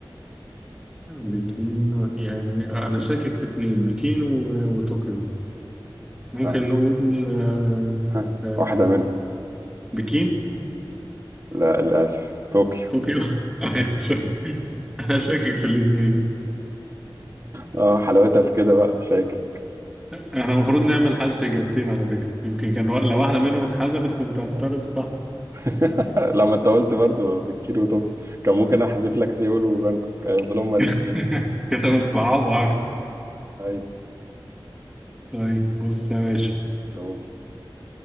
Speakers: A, in the centre; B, on the right.
A: بكين يعني انا
B: بك...
A: شاكك في اتنين بكين و... وطوكيو ممكن
B: آه.
A: نقول آه،
B: ها.
A: آه،
B: واحدة منهم
A: بكين
B: لا للأسف طوكيو
A: طوكيو <laughs> أيوة، شا- انا شاكك في الاثنين
B: اه حلاوتها في كده بقى شاكر
A: احنا المفروض نعمل حذف اجابتين على فكرة يمكن كان لو واحدة منهم اتحذفت كنت هختار الصح
B: <laughs> لما انت قلت برضه بكين وطوكيو كان ممكن احذف لك سيول وبانكوك هيفضلوا هما الاثنين
A: <laughs> كده بتصعبها اكتر
B: ايوه
A: طيب بص يا باشا
B: قول